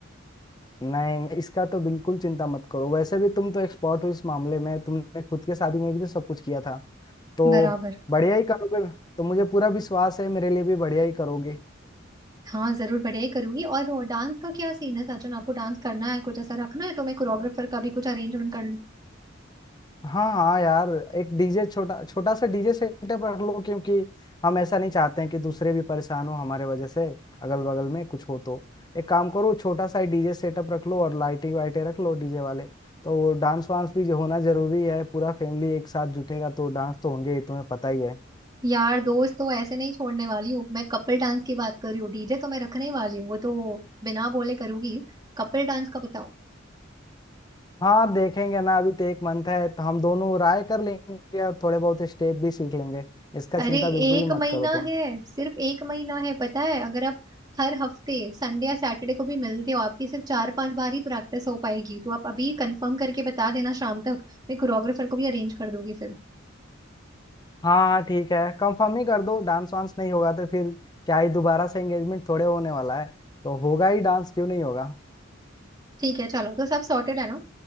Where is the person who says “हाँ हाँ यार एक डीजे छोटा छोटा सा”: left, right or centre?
Left